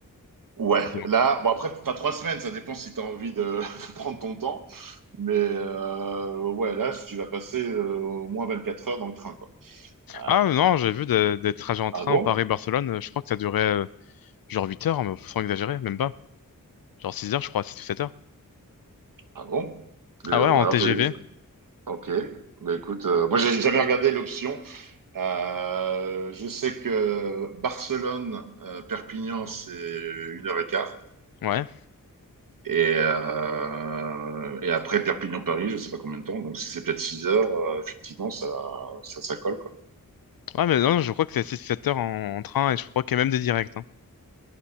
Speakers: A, on the right; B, on the left.
A: ouais,
B: forcément.
A: là, bon, après, t'as trois semaines, ça dépend si t'as envie de, <laughs> de prendre ton temps. Mais euh, ouais, là, si tu vas passer euh, au moins 24 heures dans le train, quoi. Euh,
B: Ah non, j'ai vu de- des trajets en
A: Ah
B: train
A: bon?
B: Paris-Barcelone. euh, Je crois que ça durait euh, genre 8 heures, hein, mais sans exagérer, même pas. Genre 6 heures, je crois, six ou 7 heures.
A: Ah bon? Euh,
B: Ah ouais, en
A: ou alors,
B: TGV.
A: je- ok. Bah, écoute, euh, moi, j'ai jamais regardé l'option. Euh, je sais que Barcelone, euh, Perpignan, c'est une heure et quart.
B: Ouais.
A: Et, euh, et après Perpignan-Paris, je sais pas combien de temps. Donc, si c'est peut-être six heures, euh, effectivement, ça, ça, ça colle, quoi.
B: Ouais, mais non, je crois que c'est 6 7 heures en, en train et je crois qu'il y a même des directs. hein.